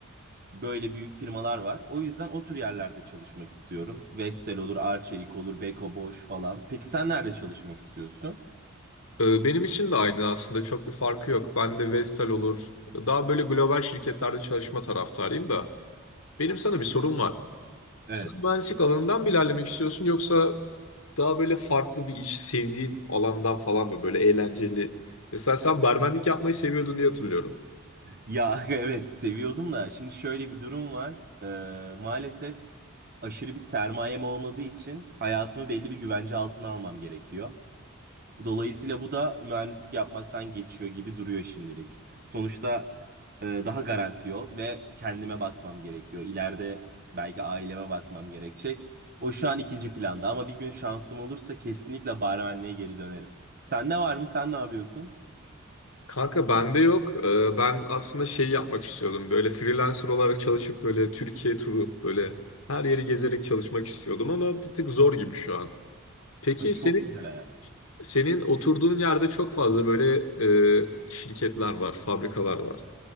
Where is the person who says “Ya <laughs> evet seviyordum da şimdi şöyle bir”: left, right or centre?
Right